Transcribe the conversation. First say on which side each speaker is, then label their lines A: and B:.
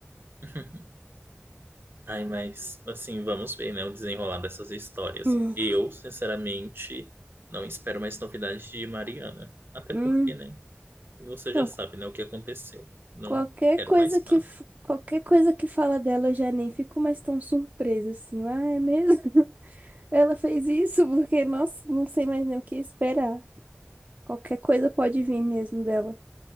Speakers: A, on the right; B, on the right.
A: <laughs> Ai, mas, assim, vamos ver, né, o desenrolar dessas histórias.
B: Hum.
A: Eu, sinceramente, não espero mais novidades de Mariana. Até
B: Hum,
A: porque, né? Você já
B: não,
A: sabe, né, o que aconteceu. Não
B: qualquer
A: quero
B: coisa
A: mais papo.
B: que f- qualquer coisa que fala dela eu já nem fico mais tão surpresa assim. Ah, é mesmo? <laughs> Ela fez isso porque, nossa, não sei mais nem o que esperar. Qualquer coisa pode vir mesmo dela.